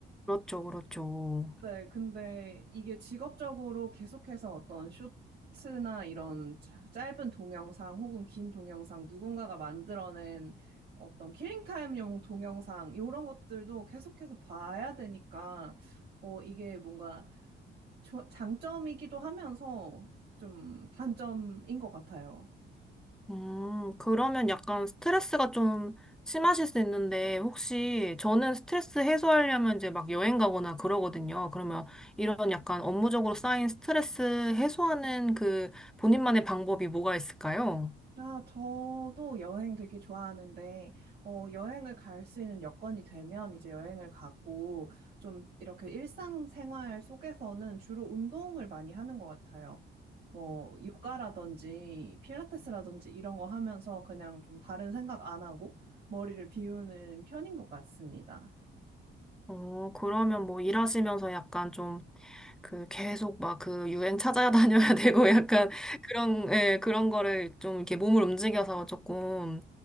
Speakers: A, in the centre; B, on the right.
A: 그렇죠, 그렇죠.
B: 네, 근데 이게 직업적으로 계속해서 어떤 쇼츠나 이런 자- 짧은 동영상 혹은 긴 동영상 누군가가 만들어낸 어떤 킬링타임용 동영상 이런 것들도 계속해서 봐야 되니까 어, 이게 뭔가 조- 장점이기도 하면서 좀 단점인 것 같아요.
A: 음, 그러면 약간 스트레스가 좀 심하실 수 있는데, 혹시 저는 스트레스 해소하려면 이제 막 여행 가거나 그러거든요. 그러면 이런 약간 업무적으로 쌓인 스트레스 해소하는 그 본인만의 방법이 뭐가 있을까요?
B: 아, 저도 여행 되게 좋아하는데, 어, 여행을 갈 수 있는 여건이 되면 이제 여행을 가고, 좀 이렇게 일상생활 속에서는 주로 운동을 많이 하는 것 같아요. 뭐, 요가라든지, 필라테스라든지 이런 거 하면서 그냥 좀 다른 생각 안 하고 머리를 비우는 편인 것 같습니다.
A: 어, 그러면 뭐 일하시면서 약간 좀 그 계속 막 그 유행 찾아 다녀야 <laughs> 되고 약간 그런, 예, 그런 거를 좀 이렇게 몸을 움직여서 조금